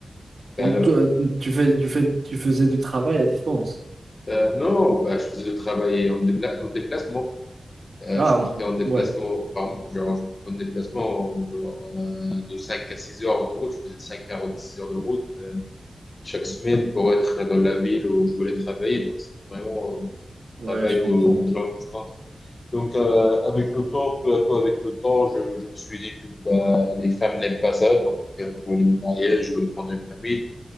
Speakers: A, on the left; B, on the right.
A: ben,
B: Donc, tu,
A: là-
B: tu fais, tu fais, tu faisais du travail à distance.
A: euh, non, ben, je faisais le travail en, débla- en déplacement. Euh,
B: Ah,
A: je partais en déplacement,
B: ouais.
A: par mois. genre, je partais en déplacement genre, euh, de 5 à 6 heures de route. Je faisais 5 à 6 heures de route euh, chaque semaine pour être dans la ville où je voulais travailler. Donc, c'était vraiment euh, un
B: Ouais,
A: travail
B: je comprends.
A: de de longue distance. Donc, euh, avec le temps, peu à peu avec le temps, je, je me suis dit que bah, les femmes n'aiment pas ça. Donc, euh, je voulais me marier, je voulais prendre une famille.